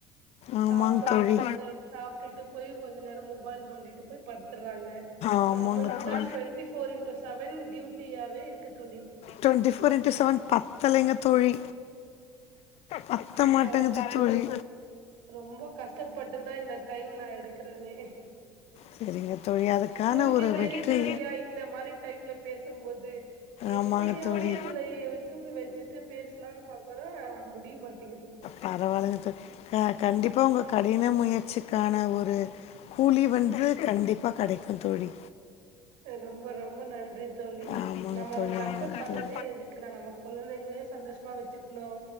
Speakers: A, on the left (about 55°); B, on the right (about 70°).
A: ஆமாங்க
B: சாப்பாடு
A: தோழி
B: கொடுத்து சாப்ட்டுட்டு போய் கொஞ்ச நேரோ மொபைல் நோண்டிட்டு போய் படுத்துறாங்க
A: ஆமாங்க
B: நாம்மளுக்கு
A: தோழி
B: தா ட்வெண்டி ஃபோர் இன்ட்டு செவன் டியூட்டியாவே இருக்கு தோழி
A: டுவெண்ட்டி ஃபோர் இண்டு செவன் பத்தலைங்க தோழி, பத்த மாட்டேங்குது
B: கரைட்டா சொன்னீங்க
A: தோழி
B: ரொம்ப கஷ்டப்பட்டுதா இந்த டைம் நா எடுக்கறனே,
A: சரிங்க தோழி அதுக்கான
B: உங்குளுக்கே
A: ஒரு
B: தெரிதில்லையா
A: வெற்றி
B: இந்த மாரி டைம்ல பேசும்போது எப்பிடியாவது,
A: ஆமாங்க தோழி
B: இவளை தூங்க வச்சுட்டு பேஸ்லா பாக்கர முடிய மாட்
A: பரவால்ங்க தோழி அ கண்டிப்பா உங்களுக் கடின முயற்சிக்கான ஒரு கூலி வந்து கண்டிப்பா கடைக் தோழி
B: ரொம்ப ரொம்ப நன்றி தோழி,
A: ஆமாங்க
B: நம்ம
A: தோழி
B: கஷ்டப்பட்றதே
A: ஆமாங்க தோழி
B: எதுக்குநா நம்ம கொழந்தங்களையும் சந்தோஷமா வச்சுக்கணும்